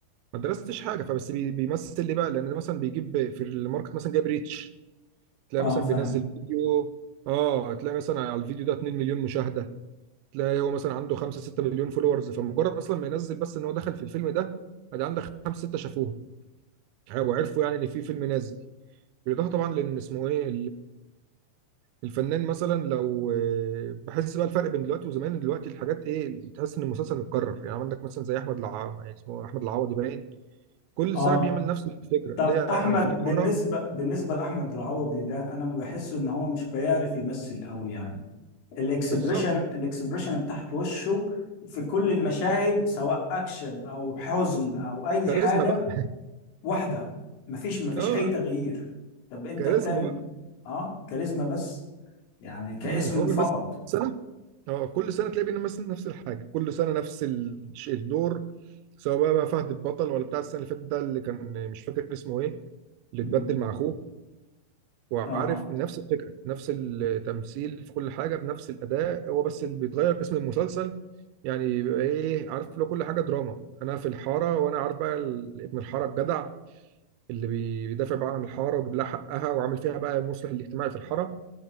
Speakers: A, on the right (about 85°); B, on the left (about 75°).
A: ما درستش حاجه فبس بي- بيمثل ليه بقى لان ده مثلا بيجيب في الماركت مثلا جايب ريتش تلاقي
B: اه
A: مثلا
B: فاهم
A: بينزل فيديو اه تلاقي مثلا على الفيديو ده 2 مليون مشاهده تلاقي هو مثلا عنده 5 6 مليون فولورز فمجرد اصلا ما ينزل بس ان هو دخل في الفيلم ده ادي عندك 5 6 شافوه وعرفوا يعني ان في فيلم نازل بالاضافه طبعا لان اسمه ايه الفنان مثلا لو آه، بحس بقى الفرق بين دلوقتي وزمان دلوقتي الحاجات ايه تحس ان المسلسل متكرر يعني عندك مثلا زي احمد العوضي يعني اسمه احمد العوضي باين كل
B: اه
A: سنه بيعمل نفس الفكره
B: طب
A: اللي هي
B: احمد
A: انا في الحاره
B: بالنسبة بالنسبة لاحمد العوضي ده انا ما بحس ان هو مش بيعرف يمثل قوي يعني الاكسبريشن
A: بالظبط
B: الاكسبريشن بتاعت وشه في كل المشاهد سواء اكشن او حزن او اي
A: كاريزما
B: حاجة
A: بقى <laughs>
B: واحدة مفيش مفيش
A: اه
B: أي تغيير طب أنت
A: كاريزما
B: بتعمل
A: بقى
B: آه كاريزما بس يعني كاسم
A: امم فهو بيمثل
B: فقط
A: سنه اه كل سنه تلاقيه بيمثل نفس الحاجه كل سنه نفس ال- الدور سواء بقى, بقى فهد البطل ولا بتاع السنه اللي فاتت ده اللي كان مش فاكر اسمه ايه اللي
B: مم.
A: اتبدل مع اخوه وعارف
B: آه
A: نفس الفكرة نفس التمثيل في كل حاجة بنفس الأداء هو بس اللي بيتغير اسم المسلسل يعني يبقى إيه عارف لو كل حاجة دراما أنا في الحارة وأنا عارف بقى ال- ابن الحارة الجدع اللي بي- بيدافع بقى عن الحارة ويجيب لها حقها وعامل فيها بقى المصلح الاجتماعي في الحارة